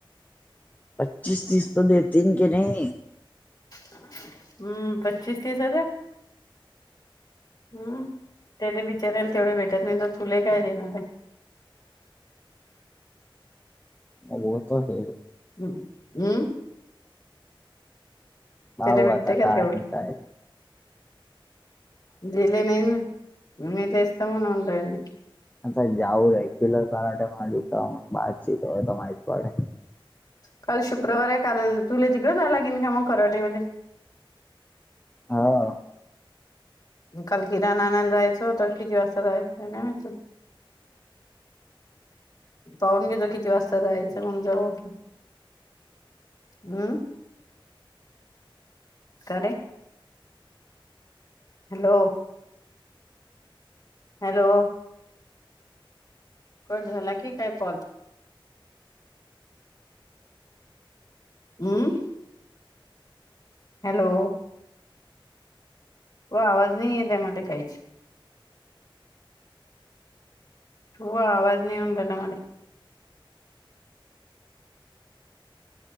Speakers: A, on the left (about 15°); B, on the left (about 45°).
A: पच्चीस -तीस पण देतील की नाही.
B: हम्म पच्चीस -तीस हजार, हम्म त्याले बिचाराला तेवढे भेटत नाही तर तुले काय देणारं.
A: माझा रोजचा हेय
B: हम् हम्
A: भाव
B: त्याले भेटते
A: आता
B: का
A: काय
B: तेवढ
A: आहे काय नाही
B: दिले नाही ना. मी तेच तर म्हणून राहीली.
A: आता जाऊ रेग्युलर कराट म जता बाातचत होय माहीत पडे <unintelligible>
B: काल शुक्रवार आहे काल तुले तिकडे जाय लागेन का मग कराटेमध्ये.
A: हाव
B: काल किराणा आणायला जायचं होतं किती वाजता जायचं आहे काय माहित पाहून घे जो किती वाजता जायचं म्हणण्यावर ऊठ हम्म का रे हॅलो हॅलो कट झाला की काय काॅल हम्म हॅलो ओ आवाज नाही येते मले काहीच तू आवाज नाही येऊन राहिला मले